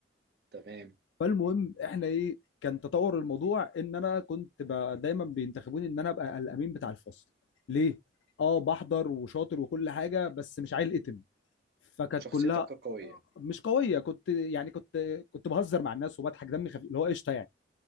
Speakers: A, on the right (about 55°); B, on the left (about 80°).
A: تمام
B: فالمهم احنا ايه كان تطور الموضوع ان انا كنت ب- دايما بينتخبوني ان انا ابقى الامين بتاع الفصل ليه اه بحضر وشاطر وكل حاجه بس مش عيل اتم فكانت
A: شخصيتك
B: كلها
A: قويه
B: مش قويه كنت يعني كنت كنت بهزر مع الناس وبضحك دمي خفيف اللي هو قشطه يعني